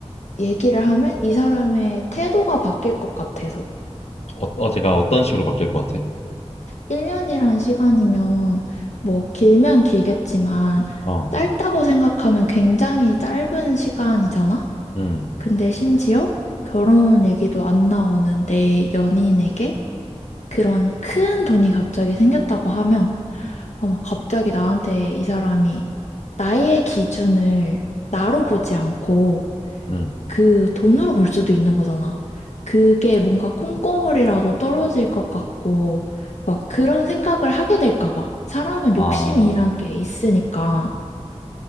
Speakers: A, on the left; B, on the left.
A: 얘기를 하면 이 사람의 태도가 바뀔 것 같아서.
B: 어, 어제가 어떤 식으로 바뀔 것 같아?
A: 1년이란 시간이면 뭐 길면 길겠지만
B: 어,
A: 짧다고 생각하면 굉장히 짧은 시간이잖아?
B: 음,
A: 근데 심지어 결혼 얘기도 안 나오는 내 연인에게 그런 큰 돈이 갑자기 생겼다고 하면 아마 갑자기 나한테 이 사람이 나의 기준을 나로 보지 않고
B: 음.
A: 그 돈으로 볼 수도 있는 거잖아. 그게 뭔가 콩고물이라도 떨어질 것 같고, 막 그런 생각을 하게 될까 봐. 사람은
B: 아,
A: 욕심이란 게 있으니까.